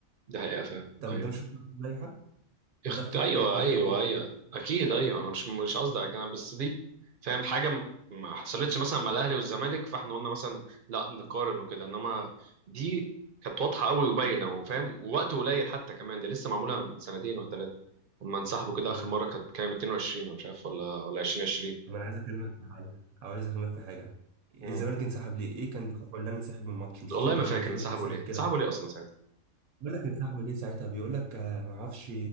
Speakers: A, on the right; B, on the right.
A: دي حقيقة فعلا
B: طب
A: ايوه
B: ده مش اختراق للائحة
A: اخت...
B: ما ده اختراق
A: ايوه
B: للائحة
A: ايوه
B: برضه
A: ايوه اكيد ايوه انا مش مش قصدي على كده بس دي فاهم حاجة م- ما حصلتش مثلا مع الاهلي والزمالك فاحنا قلنا مثلا لا نقارن وكده انما دي كانت واضحة قوي وباينة وفاهم ووقت قليل حتى كمان ده لسه معمولة من سنتين ولا ثلاثة لما انسحبوا كده
B: انا
A: اخر مرة كانت كام 22 ولا مش عارف ولا ولا 2020
B: طب انا عايز اكلمك في حاجة او عايز اكلمك في حاجة الزمالك
A: امم
B: انسحب ليه ايه كان دفعه اللي انا انسحب من الماتش مش
A: والله
B: انت
A: ما
B: لما
A: فاكر
B: تيجي
A: انسحبوا
B: تنسحب
A: ليه
B: كده
A: انسحبوا ليه اصلا ساعتها
B: بيقول لك انسحبوا ليه ساعتها بيقول لك آه، ما اعرفش